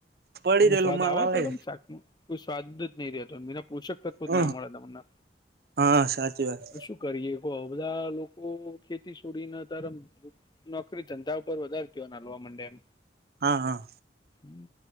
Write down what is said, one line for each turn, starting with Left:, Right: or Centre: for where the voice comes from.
Right: પડી
Left: તમને
Right: રહેલો
Left: સ્વાદ
Right: માલ
Left: આવ અતારામ
Right: આલે
Left: શાક મા કોઈ સ્વાદ જ નહી રહતો મી પોષક તત્વું
Right: હ
Left: જ ના મળે તમને
Right: હા સાચી વાત
Left: શું કરીએ. બધા લોકો ખેતી છોડીને અતાર નોકરી ધંધા ઉપર વધારે ધ્યોન આલવા મંડ્યા
Right: હા હા
Left: હમ